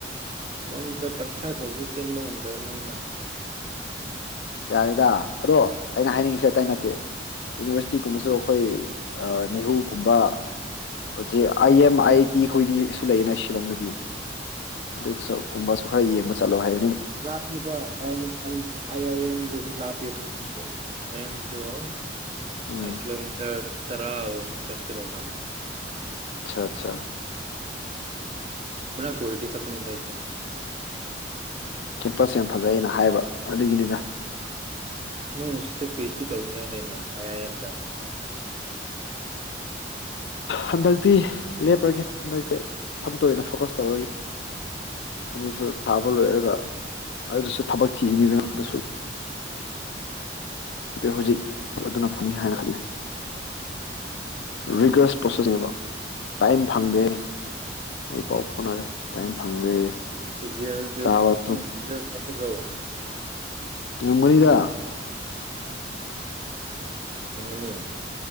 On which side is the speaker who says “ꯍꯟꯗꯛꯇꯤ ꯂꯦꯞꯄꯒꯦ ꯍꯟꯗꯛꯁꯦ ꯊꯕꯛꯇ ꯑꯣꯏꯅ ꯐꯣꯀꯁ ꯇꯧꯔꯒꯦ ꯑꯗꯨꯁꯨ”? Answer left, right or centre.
Left